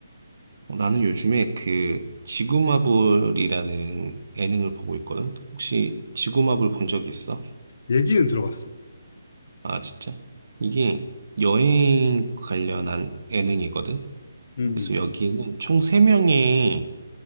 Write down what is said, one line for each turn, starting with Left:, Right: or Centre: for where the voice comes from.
Right: 어, 나는 요즘에 그 지구마블이라는 예능을 보고 있거든. 혹시 지구마블 본 적 있어?
Left: 얘기는 들어봤어.
Right: 아, 진짜? 이게 여행 관련한 예능이거든.
Left: 음,
Right: 그래서
Left: 음.
Right: 여기에는 총 3명의